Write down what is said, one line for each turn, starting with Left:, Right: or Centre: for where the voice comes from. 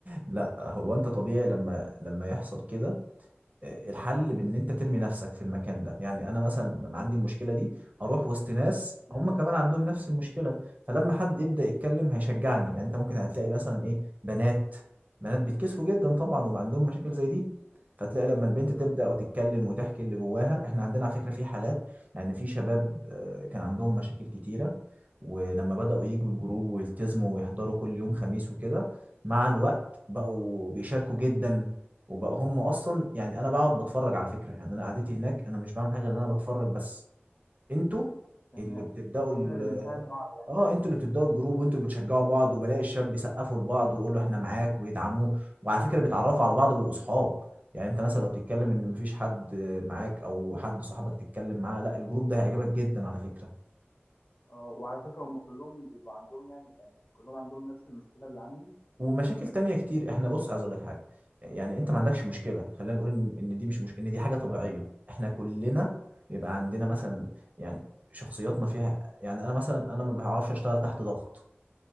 Right: لا هو انت طبيعي لما لما يحصل كده آه، الحل بان انت ترمي نفسك في المكان ده يعني انا مثلا لما عندي المشكله دي هروح وسط ناس
Left: تمام
Right: هم كمان عندهم نفس المشكله فلما حد يبدا يتكلم هيشجعني يعني انت ممكن هتلاقي مثلا ايه بنات بنات بيتكسفوا جدا طبعا وبقى عندهم مشاكل زي دي فتلاقي لما البنت
Left: ايوه
Right: تبدا وتتكلم وتحكي اللي جواها احنا عندنا على فكره في حالات يعني في شباب آه، كان عندهم مشاكل كتيره ولما بداوا يجوا الجروب ويلتزموا ويحضروا كل يوم خميس وكده مع الوقت بقوا بيشاركوا جدا وبقوا هم اصلا يعني انا بقعد بتفرج على فكره يعني انا قعدتي هناك انا مش بعمل حاجه غير ان انا بتفرج بس انتوا
Left: تمام
Right: اللي بتبداوا ال-
Left: احنا اللي بنساعد بعض يعني
Right: اه
Left: قصدي
Right: انتوا اللي بتبداوا الجروب وانتوا اللي بتشجعوا بعض وبلاقي الشاب بيسقفوا لبعض ويقولوا احنا معاك ويدعموه وعلى فكره بيتعرفوا على بعض وبيبقوا صحاب يعني انت مثلا لو بتتكلم ان مفيش حد معاك او حد صاحبك تتكلم معاه لا الجروب ده هيعجبك جدا على فكره
Left: اه وعلى فكره هم كلهم بيبقوا عندهم يعني يعني كلهم عندهم نفس المشكله اللي عندي
Right: ومشاكل تانية كتير احنا بص عايز اقول لك حاجه يعني انت ما عندكش مشكله خلينا نقول ان إن دي مش, مش ان دي حاجه طبيعيه احنا كلنا بيبقى عندنا مثلا يعني شخصياتنا فيها يعني انا مثلا انا ما بعرفش اشتغل تحت ضغط